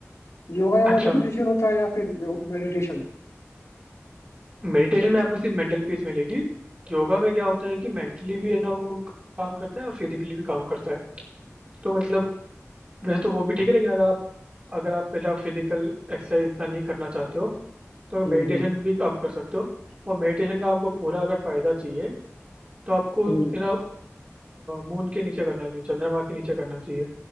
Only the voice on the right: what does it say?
अच्छा
मेडिटेशन में आपको सिर्फ मेंटल पीस मिलेगी योगा में क्या होता है कि मेंटली भी है ना वो काम करता है और फिजिकली भी काम करता है तो मतलब वैसे तो वो भी ठीक है लेकिन अगर आप अगर आप पहला फिजिकल एक्सरसाइज इतना नहीं करना चाहते हो तो
मेडिटेशन
भी आप कर सकते हो और मेडिटेशन का आपको पूरा अगर फायदा चाहिए तो आपको
है ना मून के नीचे करना चाहिए चंद्रमा के नीचे करना चाहिए